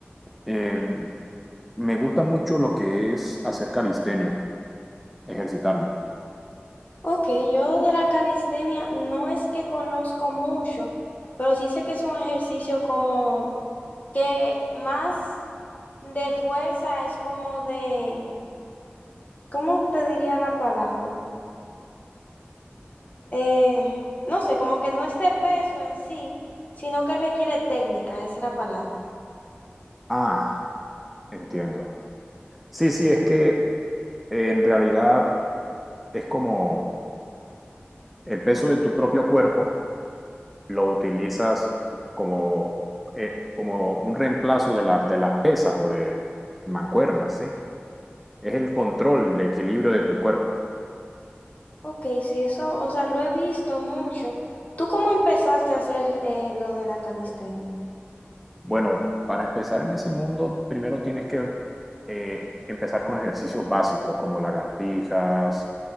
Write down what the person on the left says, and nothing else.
Ok, yo de la calistenia no es que conozco mucho, pero sí sé que es un ejercicio como que más de fuerza es como de ¿Cómo te diría la palabra? Eh, no sé, como que no es de peso en sí, sino que requiere técnica, esa es la palabra.
Ok, sí, eso, o sea, lo he visto mucho. ¿Tú cómo empezaste a hacer eh, lo de la calistenia?